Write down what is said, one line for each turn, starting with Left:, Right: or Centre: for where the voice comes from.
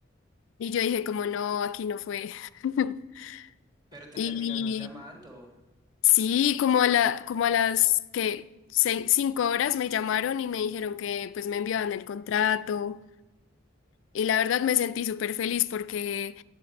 Left: Y yo dije como no, aquí no fue. <laughs>
Right: Pero te
Left: Y
Right: terminaron llamando.
Left: sí, como a la, como a las que cinco horas me llamaron y me dijeron que pues me enviaban el contrato. Y la verdad me sentí súper feliz porque